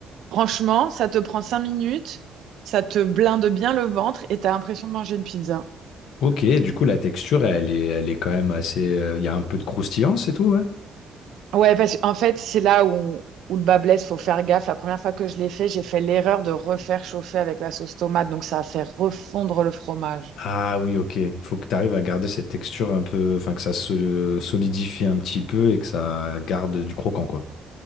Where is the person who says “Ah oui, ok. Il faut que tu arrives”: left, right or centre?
Left